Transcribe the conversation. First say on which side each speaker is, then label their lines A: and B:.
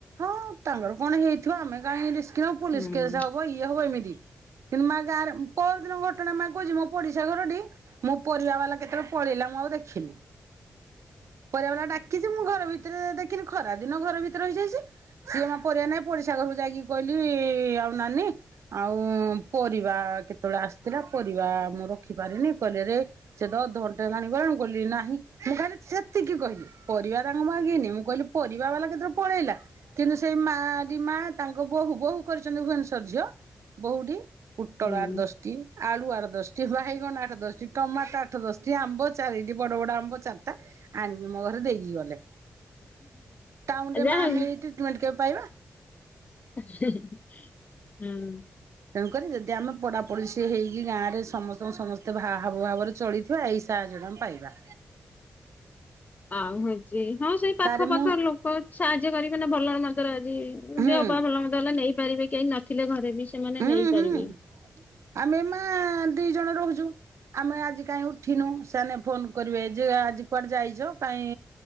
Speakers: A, on the right (about 70°); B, on the left (about 30°).
A: ହଁ। ତାଙ୍କର କଣ ହେଇଥିବ ଆମେ କାହିଁକି ରିସ୍କ ନବୁ। ପୋଲିସ
B: ହଁ।
A: କେସ ହବ ଇଏ ହବ ଏମିତି। <unintelligible> ଘଟଣା ମାଗୁଚି ମୋ ପଡିଶା ଘରଟି ମୋ ପରିବା ବାଲା କେତବଳେ ପଳେଇଲା ମୁଁ ଆଉ ଦେଖିନି। ପରିବା ବାଲା ଡାକିଚି ମୁଁ ଘର ଭିତରେ ଦେଖିନି ଖରା ଦିନ ଘର ଭିତରେ ରହିଯାଇଚି। ସିଏ ମା ପରିବା ନାଇଁ ପଡିଶା ଘରକୁ ଯାଇକି କହିଲି ଆଉ ନାନି। ଆଉ ପରିବା କେତବଳେ ଆସିଥିଲା ପରିବା ମୁଁ ରଖିପାରିନି କହିଲେ ରେ। ସେ ତ ଅଧଘଣ୍ଟେ ହେଲାଣି ଗଲାଣି ଗୋଲି ନାହିଁ ମୁଁ ଖାଲି। ସେତିକି କହିଲି ପରିବା ତାଙ୍କୁ ମାଗିନି ମୁଁ କହିଲି ପରିବା ବାଲା କେତବଳେ ପଳେଇଲା। କିନ୍ତୁ, ସେଇ ମାଟି ମା ତାଙ୍କ ବୋହୂ ବୋହୂ କରିଚନ୍ତି ଭୁବନେଶ୍ୱର ଝିଅ ବୋହୂଟି। ପୋଟଳ
B: ହୁଁ
A: ଆଠ ଦଶଟି, ଆଳୁ ଆଠ ଦଶଟି, ବାଇଗଣ ଆଠ ଦଶଟି, ଟମାଟ ଆଠ ଦଶଟି, ଆମ୍ବ। ଚାରିଟି ବଡ ବଡ ଆମ୍ବ ଚାରିଟା ଆଣିକି ମୋ ଘରେ ଦେଇକି ଗଲେ। ଟାଉନରେ
B: ଯା
A: ମା
B: ହଉ।
A: <unintelligible>
B: ହୁଁ।
A: ତେଣୁକରି ଯଦି ଆମେ ପଡ଼ାପଡୋସି ହେଇକି ଗାଁରେ ସମସ୍ତଙ୍କୁ ସମସ୍ତେ ହାବ ଭାବରେ ଚଳି। ଥିବା ଏଇ ସାହାଯ୍ୟ ଟା ଆମେ ପାଇବା।
B: ଆଉ ହେଉଚି ହଁ, ସେଇ ପାଖ
A: ତାରେ
B: ପାଖ
A: ମୁଁ
B: ଲୋକ ସାହାଯ୍ୟ କରିବେ ନା ଭଲରେ ମନ୍ଦରେ ଆଜି।
A: ହୁଁ
B: ଦେହପା ଭଲ ମନ୍ଦ ହେଲେ ନେଇପାରିବେ କେହି ନଥିଲେ ଘରେ ବି ସେମାନେ
A: ହୁଁ
B: ନେଇପାରିବେ।
A: ହୁଁ ଆମେ ମା ଦି ଜଣ ରହୁଚୁ। ଆମେ ଆଜି କାହିଁ ଉଠିନୁ ସେମାନେ ଫୋନ କରିବେ ଯେ ଆଜି କୁଆଡେ ଯାଇଚ କାହିଁ